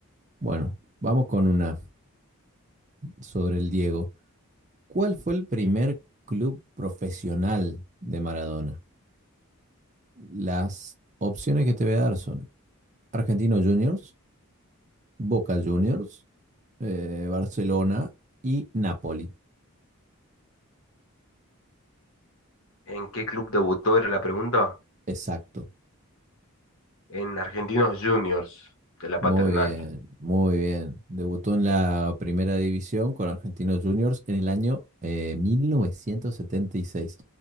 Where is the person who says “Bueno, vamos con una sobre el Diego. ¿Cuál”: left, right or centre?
Right